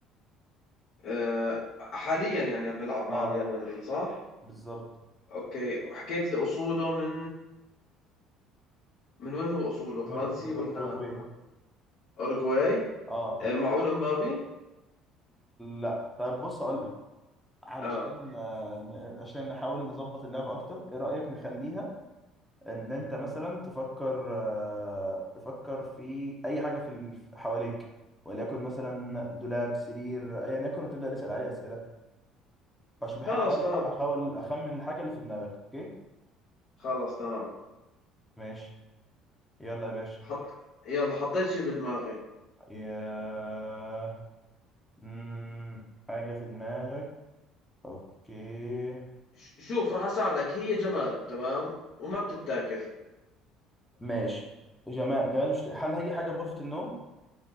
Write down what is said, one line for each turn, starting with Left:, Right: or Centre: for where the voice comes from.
Left: آه، حاليا يعني عم بيلعب مع
Centre: اه
Left: ريال مدريد صح
Centre: بالظبط
Left: اوكي وحكيت لي اصوله من من وين هو اصوله
Centre: هو
Left: فرنسي
Centre: من أورجو-
Left: ولا
Centre: اوروجواي
Left: اوروغواي
Centre: اه
Left: آه، معقول امبابي
Centre: لا طيب بص اقول لك علشان
Left: اه
Centre: آه، عشان نحاول نظبط اللعبة اكتر ايه رأيك نخليها ان انت مثلا تفكر آه تفكر في اي حاجة في ال- حواليك وليكن مثلا دولاب سرير ايا يكن وتبدأ تسأل عليه أسئلة أش- بح-
Left: خلاص
Centre: هحاول
Left: تمام
Centre: احاول اخمن الحاجه اللي في دماغك اوكي
Left: خلاص تمام
Centre: ماشي يلا يا باشا
Left: حط يلا حطيت شي بدماغي
Centre: يا مم... حاجه في دماغك اوكي
Left: ش- شوف راح اساعدك هي جماد تمام وما بتتاكل
Centre: ماشي جمال جمال مش هل هي حاجه في غرفه النوم